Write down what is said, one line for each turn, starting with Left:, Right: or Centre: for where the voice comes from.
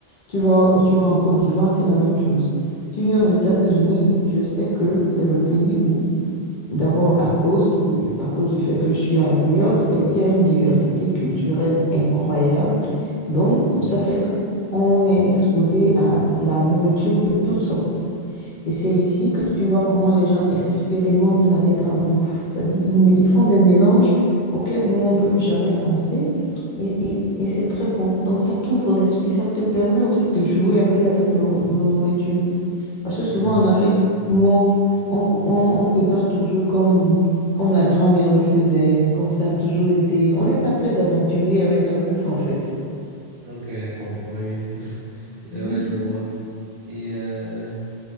Left: Tu vois, tu vas en Côte d'Ivoire, c'est la même chose. Tu viens aux États-Unis, je sais que c'est le pays où, d'abord
Right: Hum,
Left: à cause de- à cause du fait que je suis à New York, c'est, il y a une diversité culturelle incroyable. Donc,
Right: ah,
Left: ça fait qu'on est exposé à la nourriture de toutes sortes. Et c'est ici que tu vois comment les gens expérimentent avec la bouffe. C'est-à-dire, ils, mé- ils font des mélanges auxquels nous, on ne peut jamais penser. Et, et- et c'est très bon. Donc, ça t'ouvre l'esprit. Ça te permet aussi de jouer un peu avec nos, nos nourritures. Parce que
Right: hum.
Left: souvent, en Afrique, nous, on, on- on- on prépare toujours comme, comme la grand-mère le faisait, comme ça a toujours été. On n'est pas très aventurier avec la bouffe, en fait.
Right: Ok, je comprends, oui. <laughs> C'est
Left: Mhm.
Right: vrai, je vois. Et euh,